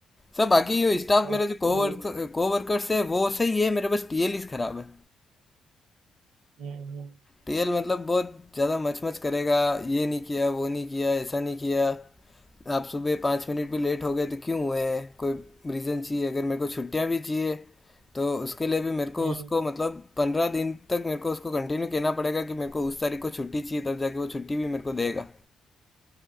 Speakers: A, on the left (about 15°); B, on the right (about 75°).
A: सब बाकी जो स्टाफ
B: ओके
A: मेरे जो कोवर्क कोवर्कर्स है वो सही है मेरे बस टीएलईस खराब है
B: हम्म हम्म,
A: टीएल मतलब बहुत ज़्यादा मचमच करेगा ये नहीं किया वो नहीं किया ऐसा नहीं किया आप सुबह पाँच मिनट भी लेट हो गए तो क्यों हुए कोई रीज़न चाहिए अगर मेरे को छुट्टियां भी चाहिए तो उसके लिए भी मेरे
B: हम्म,
A: को उसको मतलब पंद्रह दिन तक मेरे को उसको कंटिन्यू कहना पड़ेगा कि मेरे को उस तारीख को छुट्टी चाहिए तब जाके वो छुट्टी भी मेरे को देगा